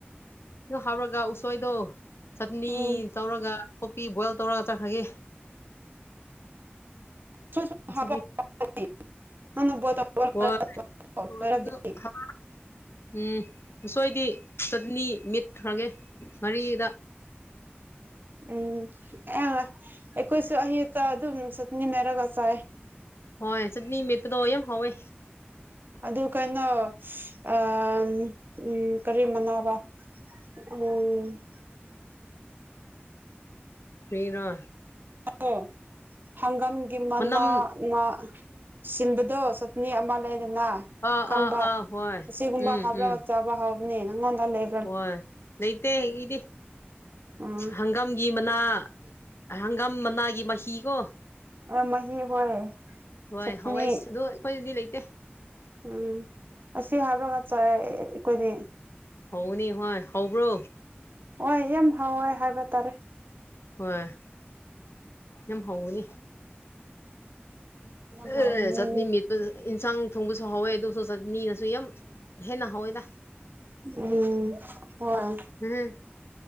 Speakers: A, on the left; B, on the right.
A: ꯗꯨ ꯍꯥꯞꯔꯒ ꯎꯁꯣꯏꯗꯣ ꯆꯠꯅꯤ
B: ꯎꯝ
A: ꯇꯧꯔꯒ ꯀꯣꯄꯤ ꯕꯣꯏꯜ ꯇꯧꯔꯒ ꯆꯠꯈ꯭ꯔꯒꯦ
B: ꯁꯣꯏꯁꯨ
A: ꯉꯁꯤꯗꯤ
B: ꯍꯞꯄꯥ <unintelligible> ꯅꯪꯅ ꯕꯣꯢꯜ ꯇꯧꯕ
A: ꯍꯣꯏ
B: ꯂꯣꯏꯔꯗꯤ
A: <unintelligible> ꯎꯝ ꯑꯁꯣꯏꯗꯤ ꯆꯠꯅꯤ ꯃꯤꯠꯈ꯭ꯔꯒꯦ ꯉꯥꯔꯤꯗ
B: ꯎꯝ ꯑ꯭ꯔꯦ ꯑꯩꯈꯣꯏꯁꯨ ꯑꯌꯨꯠꯇ ꯑꯗꯨꯝ ꯆꯠꯅꯤ ꯃꯦꯠꯔꯒ ꯆꯥꯏ
A: ꯍꯣꯏ ꯆꯠꯅꯤ ꯃꯠꯄꯗꯣ ꯌꯥꯝ ꯍꯥꯎꯋꯦ
B: ꯑꯗꯨ ꯀꯩꯅꯣ ꯑ ꯑꯝ ꯀꯔꯤ ꯃꯅꯥꯔ ꯎꯝ
A: ꯀ꯭ꯔꯤꯔꯥ
B: ꯑꯣ ꯍꯪꯒꯥꯝꯒꯤ ꯃꯅꯥꯅ
A: ꯃꯅꯝ
B: ꯁꯤꯝꯕꯗꯣ ꯆꯠꯅꯤ ꯑꯃ ꯂꯩꯗꯅ
A: ꯑꯥ
B: ꯈꯪꯕ
A: ꯑꯥ ꯑꯥ ꯍꯣꯏ
B: ꯑꯁꯤꯒꯨꯝꯕ
A: ꯎꯝ
B: ꯍꯥꯞꯔꯒ
A: ꯎꯝ
B: ꯆꯥꯞ ꯕ ꯍꯥꯎꯕꯅꯦ ꯅꯪꯉꯣꯟꯗ ꯂꯩ
A: ꯍꯣꯏ ꯂꯩꯇꯦ ꯑꯩꯗꯤ
B: ꯎꯝ
A: ꯍꯪ ꯒꯥꯝꯒꯤ ꯃꯅꯥ ꯍꯪꯒꯥꯝ ꯃꯅꯥꯒꯤ ꯃꯍꯤꯀꯣ
B: ꯑꯥ ꯃꯍꯤ ꯍꯣꯏ
A: ꯍꯣꯏ
B: ꯆꯠꯅꯤ
A: ꯍꯋꯥꯏ ꯑꯗꯣ ꯑꯩꯈꯣꯏꯗꯗꯤ ꯂꯩꯇꯦ
B: ꯎꯝ ꯑꯁꯤ ꯍꯥꯕꯔꯒ ꯆꯥꯏ ꯑꯩꯈꯣꯏꯗꯤ
A: ꯍꯥꯎꯕꯅꯤ ꯍꯣꯏ ꯍꯥꯎꯕ꯭ꯔꯣ
B: ꯍꯣꯏ ꯌꯥꯝ ꯍꯥꯎꯋꯦ ꯍꯥꯏꯕ ꯇꯥꯔꯦ
A: ꯍꯣꯏ ꯌꯥꯝ ꯍꯧꯒꯅꯤ
B: ꯎꯝ ꯌꯥꯝ ꯍꯥꯎꯕꯅꯦ
A: ꯑꯣ ꯆꯠꯅꯤ ꯃꯦꯠꯄꯖꯦ ꯏꯟꯁꯥꯡ ꯊꯣꯡꯕꯁꯨ ꯍꯥꯎꯋꯦ ꯑꯗꯨꯁꯨ ꯆꯠꯅꯤꯅꯁꯨ ꯌꯥꯝ ꯍꯦꯟꯅ ꯍꯥꯎꯋꯤꯗ
B: ꯎꯝ ꯍꯣꯏ
A: ꯍꯨꯝ